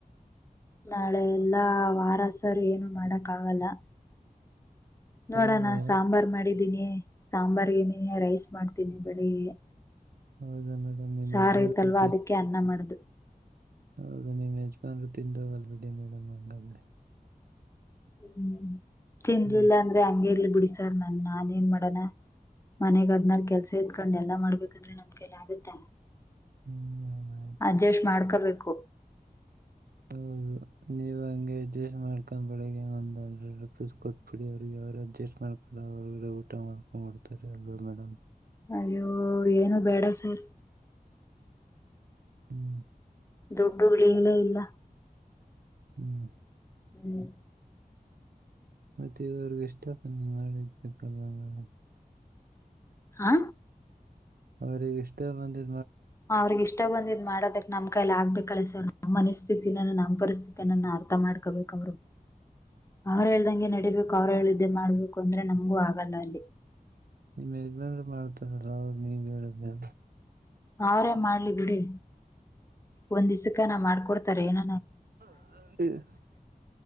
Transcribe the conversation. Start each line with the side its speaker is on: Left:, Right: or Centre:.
Left: ನಾಳೆ ಎಲ್ಲಾ ವಾರಸರು ಏನು ಮಾಡಕ್ ಆಗಲ್ಲ ನೋಡೋಣ
Right: ಏನ್ ಮೇಡಂ
Left: ಸಾಂಬಾರ್ ಮಾಡಿದ ನಿ ಸಾಂಬಾರ ಏನೇನು ರೈಸ್ ಮಾಡ್ತೀನಿ ಬೆಳಿಗ್ಗೆ
Right: ಹೌದಾ ಮೇಡಂ ನಿಮ್ಮ
Left: ಸಾರ
Right: ಯಜಮಾನ್ರು
Left: ಐತಲ್ವಾ ಅದಕ್ಕೆ ಅನ್ನ ಮಾಡ್ದು
Right: ಹೌದ ನೀ ಯಜಮಾನ್ರು ತಿಂದೋಗಲ್ ಬಿಡಿ ಮೇಡಮ್ ಹಂಗಂದ್ರೆ
Left: ಹ್ಮ್ ತಿನ್ಲಿಲ್ಲ
Right: ಹ್ಮ್
Left: ಅಂದ್ರೆ ಹಂಗಗೆರ್ಲಿ ಬಿಡಿಸಾರ್ ನನ್ ನಾನ ಏನ್ ಮಾಡಣ ಮನೆಗ್ ಅದ್ನಾರ ಕೆಲ್ಸ ಎತ್ಕಂಡ್ ಎಲ್ಲಾ ಮಾಡ್ಬೇಕಂದ್ರೆ ನಮ್ಕ ಎಲ್ಲ ಆಗತ್ತ
Right: ಹ್ಮ್ ಮೇಡಂ ಆಯ್ತು
Left: ಅಜೆಸ್ಟು ಮಾಡ್ಕೋಬೇಕು
Right: ಹೌದು
Left: <inaudible>
Right: ನೀವು ಹಂಗೆ ಅಡ್ಜಸ್ಟ್ ಮಾಡ್ಕೊಂಡ ಬೆಳಿಗ್ಗೆ ಒಂದ್ ಹಂಡ್ರೆಡ್ ರುಪೀಸ್ ಕೊಟ್ಬಿಡಿ ಅವ್ರಿಗೆ ಅಡ್ಜಸ್ಟ್ ಮಾಡ್ಕೊಂಡ ಅವರುಗ ಊಟ ಮಾಡ್ಕೊಂಡ ಕೊಡ್ತಾರೆ ಅಲ್ವಾ ಮೇಡ್
Left: ಅಯ್ಯೋ ಏನು ಬೇಡ ಸರ್
Right: ಹ್ಮ್
Left: ದುಡ್ಡು ಉಳಿಗಳೇ ಇಲ್ಲ
Right: ಹ್ಮ್
Left: ಹ್ಮ್
Right: ಮತ್ತೆ ಈವರ್ಗ ಇಷ್ಟಕ್ಕ ನೀನ್ ಮಾಡಿಕ್ಬೇಕಲ್ವಾ ಮೇಡ್
Left: ಹಾ
Right: ಅವ್ರಗ ಇಷ್ಟ ಬಂದಿದ
Left: ಅವ್ರಿಗೆ ಇಷ್ಟ ಬಂದಿದ್ ಮಾಡೋದ ನಮ್ ಕೈಲ ಆಗ್ಬೇಕಲ್ಲ ಸರ್ ನಮ್ಮ್ ಮನಸ್ಥಿತಿಿನ ನಮ್ ಪರಿಸ್ಥಿತ ಅರ್ಥ ಮಾಡ್ಕೋಬೇಕ ಅವರು ಅವ್ರ ಹೇಳ್ದಂಗೆ ನಡೀಬೇಕು ಅವ್ರ ಹೇಳ್ದೆ ಮಾಡ್ಬೇಕು ಅಂದ್ರೆ ನಮ್ಗೂ ಆಗಲ್ಲ ಅಲ್ಲಿ
Right: ನಿಮ್ಮ ಯಜಮನ್ ಮಾಡ್ತಾರಲ್ಲ ಅವರು ನೀವರ ಜ
Left: ಅವ್ರೇ ಮಾಡ್ಲಿ ಬಿಡಿ ಒಂದ್ ದ್ಕ್ಕೆ ನಾ ಮಾಡ್ಕೊಡ್ತಾರೆ ಏನ
Right: ಹ ಇದು